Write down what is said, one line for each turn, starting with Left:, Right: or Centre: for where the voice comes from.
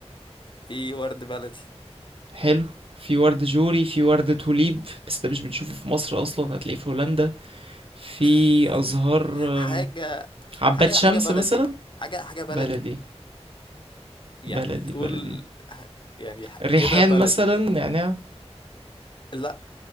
Left: في ورد بلدي
Right: حلو في ورد جوري في ورد توليب بس ده مش بنشوفه في مصر اصلا هتلاقيه في هولندا في
Left: <laughs>
Right: ازهار
Left: حاجة
Right: أم، عباد
Left: حاجة
Right: شمس
Left: حاجة بلدي
Right: مثلا
Left: حاجة حاجة بلدي
Right: بلدي
Left: يعني
Right: بلدي
Left: تقول
Right: بلدي
Left: يعني
Right: ريحان
Left: كده بلدي
Right: مثلا نعناع
Left: لا